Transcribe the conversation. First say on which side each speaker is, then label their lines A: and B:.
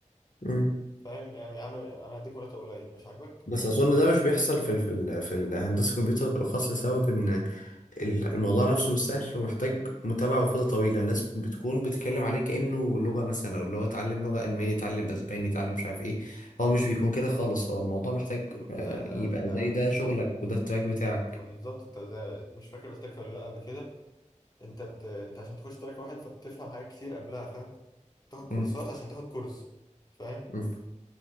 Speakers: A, on the left (about 80°); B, on the left (about 30°).
A: مم.
B: فاهم يعني يا عم انا هديك مرتب قليل مش عاجبك
A: بس اظن ده مش بيحصل في ال- في ال- في الهندسه الكمبيوتر بالاخص لسبب ان ال- الموضوع نفسه مش سهل ومحتاج متابعة وفترة طويلة الناس بتكون بتتكلم عليه كأنه لغة مثلا أو اللي هو اتعلم لغة ألماني اتعلم أسباني اتعلم مش عارف إيه هو مش بيكون كده خالص هو الموضوع محتاج آه،
B: لا ده
A: يبقى
B: ده
A: زي ده شغلك وده التراك بتاعك
B: ما بالظبط انت ده مش فاكر قلت لك ولا لا قبل كده انت بت... انت عشان تخش تراك واحد فبتفهم حاجات كتير قبلها فاهم تاخد كورسات
A: مم.
B: عشان تاخد كورس فاهم
A: مم.